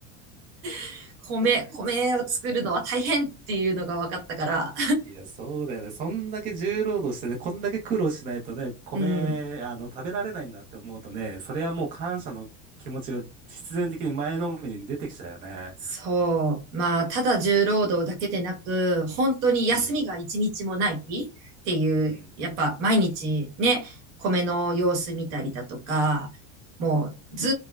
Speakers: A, on the right; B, on the right.
A: <laughs> 米、
B: <laughs>
A: 米を作るのは大変っていうのが分かったから、
B: そいや、そうだよね。そんだけ重労働してね、こんだけ苦労しないとね、米、
A: うん。
B: あの、食べられないんだって思うとね、それはもう感謝の気持ちが必然的に前のめりに出てきちゃうよね。
A: そう。まあ、ただ重労働だけでなく、本当に休みが一日もないっていう、
B: うん。うん。
A: やっぱ毎日ね、米の様子見たりだとか、もうず